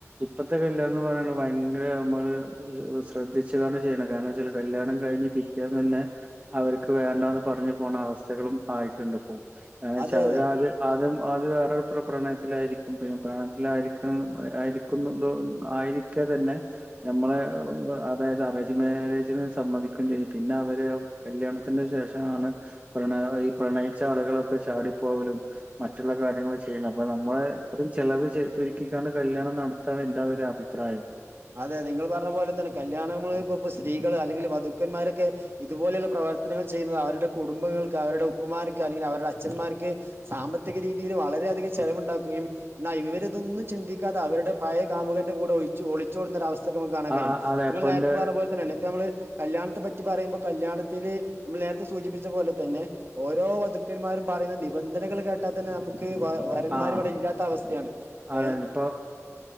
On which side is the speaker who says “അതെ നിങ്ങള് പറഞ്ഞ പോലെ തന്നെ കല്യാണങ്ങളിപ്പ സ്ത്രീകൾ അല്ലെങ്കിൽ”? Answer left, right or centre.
Right